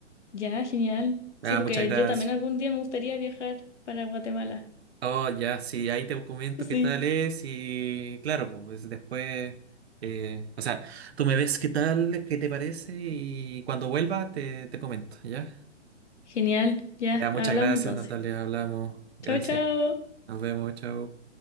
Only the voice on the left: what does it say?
ya, genial. Sí,
porque
yo también algún día me gustaría viajar para Guatemala.
Sí,
genial. Ya,
hablamos
entonces.
Chao, chao.